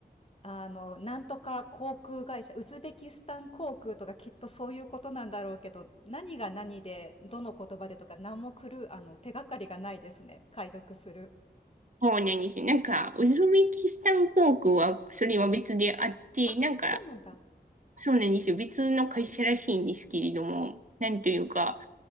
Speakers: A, on the left; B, on the right.
A: あの、なんとか航空会社、ウズベキスタン航空とかきっとそういうことなんだろうけど、何が何で、どの言葉でとか、何も来る、あの、手がかりがないですね。解読する。
B: そうなんです。よ。なんか、ウズベキスタン航空は、それは別であって、
A: あ、
B: なんか、
A: そうなんだ。
B: そうなんですよ。別の会社らしいんですけれども、なんというか、